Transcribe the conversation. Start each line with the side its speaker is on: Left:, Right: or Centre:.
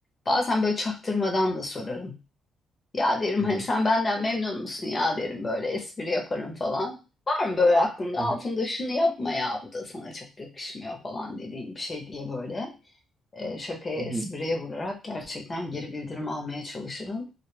Left: Bazen böyle çaktırmadan da sorarım. Ya derim
Right: Hı
Left: hani sen benden memnun musun ya derim böyle espri yaparım falan. Var mı böyle aklında
Right: hı.
Left: altında şunu yapma ya bu da sana çok yakışmıyor falan dediğin bir şey diye böyle e, şakaya,
Right: Hı
Left: espriye
Right: hı.
Left: vurarak gerçekten geri bildirim almaya çalışırım.